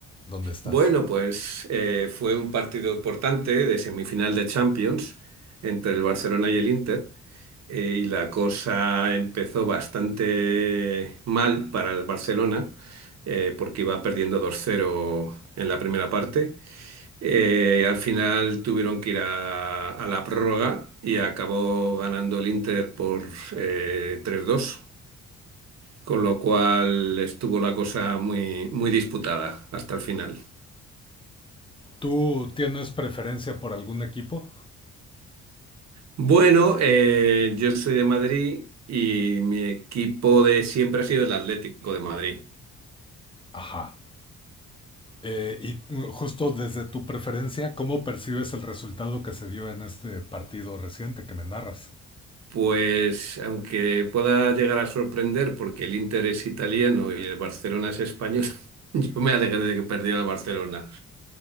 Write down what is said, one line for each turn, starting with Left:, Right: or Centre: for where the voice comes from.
Left: donde estás?
Right: Bueno, pues eh, fue un partido importante de semifinal de Champions entre el Barcelona y el Inter eh, y la cosa empezó bastante mal para el Barcelona eh, porque iba perdiendo dos cero en la primera parte. Eh, al final tuvieron que ir a, a la prórroga y acabó ganando el Inter por eh, 3-2. Con lo cual estuvo la cosa muy, muy disputada hasta el final.
Left: ¿Tú tienes preferencia por algún equipo?
Right: Bueno, eh, yo soy de Madrid y mi equipo de siempre ha sido el Atlético de Madrid.
Left: Ajá. Eh, y justo desde tu preferencia, ¿cómo percibes el resultado que se dio en este partido reciente que me narras?
Right: Pues aunque pueda llegar a sorprender porque el Inter es italiano y el Barcelona es español, <laughs> yo me alegré de que perdiera el Barcelona.